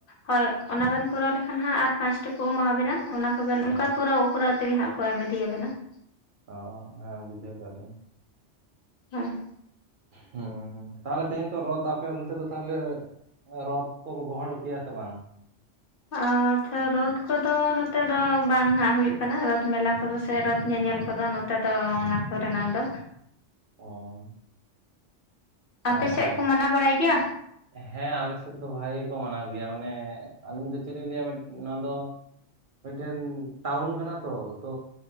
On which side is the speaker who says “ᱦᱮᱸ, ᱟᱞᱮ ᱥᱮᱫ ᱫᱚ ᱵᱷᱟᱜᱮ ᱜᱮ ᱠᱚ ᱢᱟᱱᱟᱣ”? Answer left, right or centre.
Right